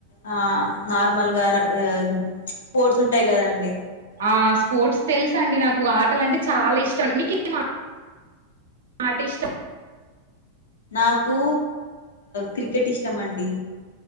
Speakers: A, on the left; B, on the right.
A: ఆ నార్మల్గా స్పోర్ట్స్ ఉంటాయి కదా అండి
B: ఆ స్పోోర్ట్స్ తెలుసు అండి నాకు ఆటల అంటే చాలా ఇష్ ష్టం మీకీ మా ఆటా ఇష్టం
A: నాకు క్రికెట్ ఇష్టం అండి